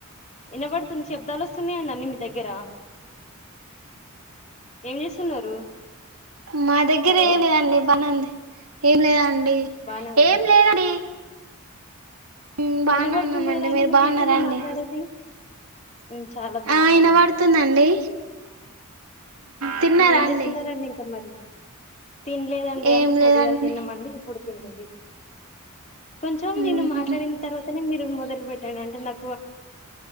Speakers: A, on the left (about 35°); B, on the right (about 80°).
A: వినబడుతుంది శబ్దాలు వస్తున్నాయండి అన్నీ మీ దగ్గరా ఏం చేస్తున్నారు.
B: మా దగ్గర
A: హలో
B: ఏం లేదండి బనే ఉంది ఏం లేదండి. అండి
A: బానే ఉందా
B: ఏం లేదండి. మ్ బానే
A: వినబడుతుంది
B: ఉన్నామండి
A: కదా అండి
B: మీరు
A: మీకైతే
B: బాగున్నారా
A: నేను
B: అండి
A: మాట్లాడేది. మేము చాలా బాగున్నామండి.
B: ఆ వినబడుతుందండి తిన్నారా
A: ఏం
B: అండి
A: చేస్తున్నారండి ఇంకా మరి తినలేదండి
B: ఏం
A: అంటే
B: లేదండి
A: పొదుగాల తిన్నామండి ఇప్పుడు తినలేదు. కొంచెం
B: మ్
A: నేను మాట్లాడిన
B: హు
A: తర్వాతనే మీరు మొదలు పెట్టండి అంటే నాకు